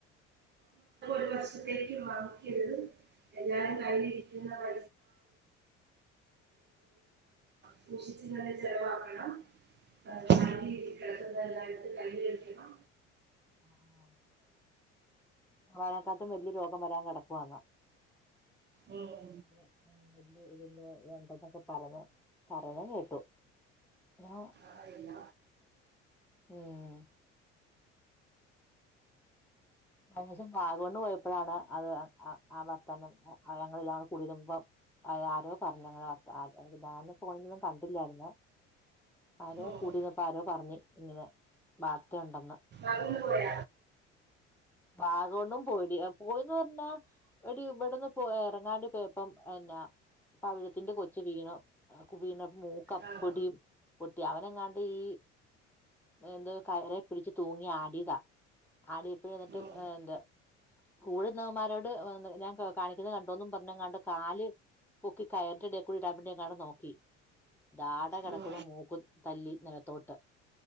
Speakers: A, on the right (about 30°); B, in the centre.
A: <unintelligible> വങ്ങിക്കരുത് എല്ലാരും കയ്യിലിരിക്കുന്ന പ സൂശിച്ചങ്ങന്നെ ചെലവാക്കണം <unintelligible>
B: ആഹ്
A: എല്ലായിടുത്തും കയ്യില <unintelligible>
B: ആ ആ വനക്കാട്ടും വലിയ രോഗം വരാൻ കിടക്കു ആന്ന..
A: ഉം
B: നമ്മള് നെല്ല് ഇന്ന് വേണ്ടെന്നൊക്കെ പറഞ്ഞ പറയുന്ന കേട്ടു ആ
A: അറിയില്ല
B: ഉം കഴിഞ്ഞോസം വാഗമൺ പോയപ്പോഴാണ് അത് ആ വർത്താനം ഞങ്ങളെല്ലാം <unintelligible> ആരോ പറഞ്ഞു കുണു കാറിൽ പോയത്കണ്ടില്ലായിരുന്നു ആരോ
A: ഉം
B: കൂടിന്നപ്പ ആരോ പറഞ്ഞു ഇങ്ങനെ വാർത്തയുണ്ടെന്ന്.
A: അങ്ങ പോയ
B: ഭാഗൊന്നും പോയിടി പോയിന്ന് പറഞ്ഞാ ഒരു ഇവിടെന്ന് പോ ഇറങ്ങാണ്ടി പോയപ്പം പിന്ന പവിഴത്തിന്റെ കൊച്ച വീണ വീണ മൂക്ക അപ്പൊടിയും
A: ആഹ്
B: കുട്ടി അവനങ്ങാണ്ട് ഈ എന്ത് കയറ പിടിച്ച് തൂങ്ങി ആടിയതാ ആടി ഇപ്പ എന്നിട്ട്
A: ഉം
B: എന്താ കൂഴുന്നവന്മാരോട് ഞാൻ കാണിക്കുന്ന കണ്ടോന്നും പറഞ്ഞങ്ങാണ്ട് കാല് പൊക്കി കയറിന്റെ ഇടേക്കൂടെ ഇടാൻ മാണ്ടി എങ്ങാനും നോക്കി ഡാട കിടക്കുന്നു
A: ഉം
B: മൂക്കും തല്ലി നിലത്തോട്ട്